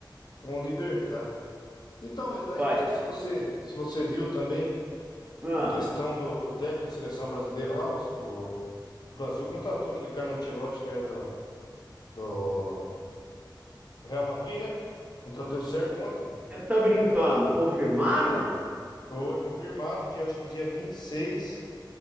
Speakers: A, on the left; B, on the right.
A: com o Libertad. Então, e daí
B: Olha,
A: eu não sei se você, se você viu também
B: ah,
A: a questão do, do técnico da seleção brasileira lá. os- o, o Brasil contratou aquele Carlo Ancelotti que era do, do, do Real Madrid, né? Então deu certo
B: pô,
A: ontem.
B: você tá brincando? Confirmaram?
A: Foi confirmado, dia, acho que dia 26,